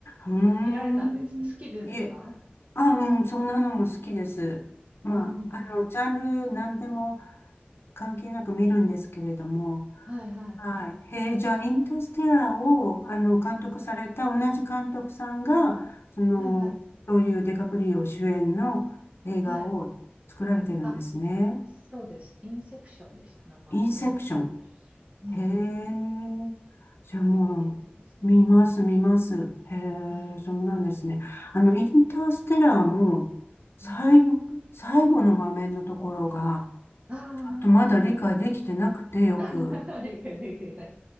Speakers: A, on the left; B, on the right.
A: うーん。
B: 見られたんですね。好きですか
A: いえあ、うん、そんなのも好きです。まあ、
B: うんうんうんうん。
A: あの、ジャンル何でも関係なく見るんですけれども、
B: はいはいはい。
A: はい。へえ、じゃあ、インターステラーを、あの、監督された同じ監督さんが、
B: うん。
A: その、
B: はいはい。
A: ロリオ・デカプリオ主演の映画を作られてるんですね。
B: はい。あ、そうです。インセプションでした。名前。
A: インセプション。
B: インセプション。うんうんうん。
A: へえ。じゃあも
B: ぜひ見てみてください。
A: う、見ます、
B: うん。
A: 見ます。へ
B: うん。
A: え、そうなんですね。あの、インターステラーも、最後、
B: うん。
A: 最後の場面のところが、
B: あ
A: ちょっとまだ理解できてなくてよく。
B: あ。<laughs> 理解できない。